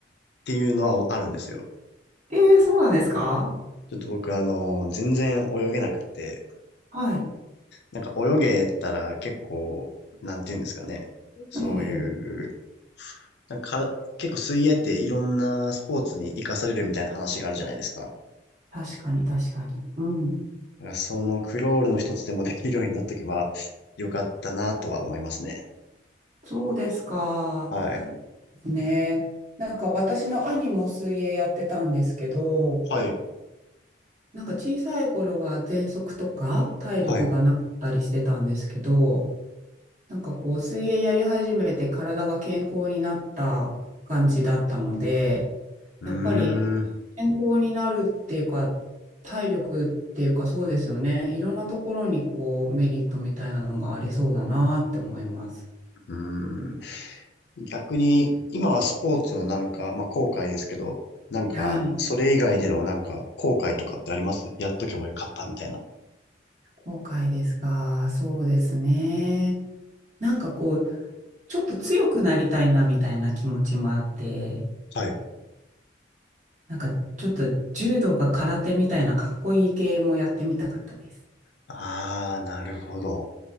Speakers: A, on the left; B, on the right.
A: ていうのはあるんですよ。
B: ええそうなんですか
A: ちょっと僕、あの、全然泳げなくって、
B: はい。
A: なんか泳げたら結構、なんていうんですかね。そういう、
B: ええ、ええ
A: なんかから結構水泳っていろんなスポーツに活かされるみたいな話があるじゃないですか。
B: 確かに、確かに。うん。
A: だからそのクロールの一つでもできるようになっとけばよかったなとは思いますね。
B: そうですか。
A: はい。
B: ね。なんか私の兄も水泳やってたんですけど、
A: はい。
B: なんか小さい頃は喘息とか体力がなかったりしてたんですけど、
A: はい。う
B: なんかこう水泳やり始めて体が健康になった感じだったので、
A: ーん。
B: やっぱり
A: う
B: 健康になるっていうか、体力っていうかそうですよね。いろんなところにこうメリットみたいなのがありそうだなって思います。
A: ーん。逆に、今はスポーツのなんか、まあ、後悔ですけど、なんか、
B: はい。
A: それ以外でのなんか、後悔とかってありますやっとけばよかったみたいな。
B: 後悔ですかそうですね。なんかこう、ちょっと強くなりたいなみたいな気持ちもあって、
A: はい。
B: なんかちょっと柔道か空手みたいなかっこいい系もやってみたかったです。
A: ああ、なるほど。